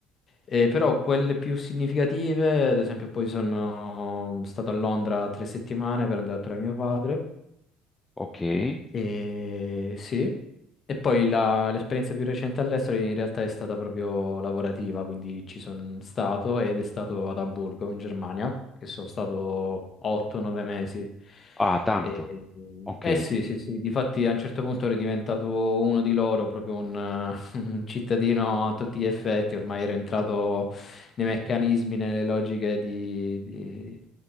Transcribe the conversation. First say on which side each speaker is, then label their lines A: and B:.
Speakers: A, on the left (about 40°); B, on the left (about 20°).
A: Eh, però quelle più significative, ad esempio, poi sono mm, stato a Londra tre settimane per andare a trovare mio padre.
B: ok.
A: E sì, e poi la- l'esperienza più recente all'estero in realtà è stata proprio lavorativa, quindi ci sono stato ed è stato ad Amburgo in Germania, che sono stato 8-9 mesi.
B: Ah, tanto.
A: E,
B: Ok.
A: eh sì, sì, sì, difatti a un certo punto ero diventato uno di loro, proprio un, eh, <laughs> un cittadino a tutti gli effetti, ormai ero entrato nei meccanismi, nelle logiche di, di-